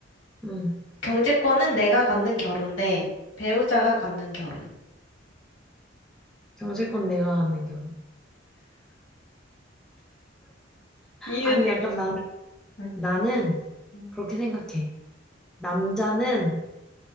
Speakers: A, in the centre; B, on the left.
A: 음,
B: 경제권은 내가 갖는 결혼 대 배우자가 갖는 결혼.
A: 경제권 내가 갖는 결혼.
B: 이유는요?
A: 아니 약간 나는
B: 음.
A: 나는
B: 음.
A: 그렇게 생각해. 남자는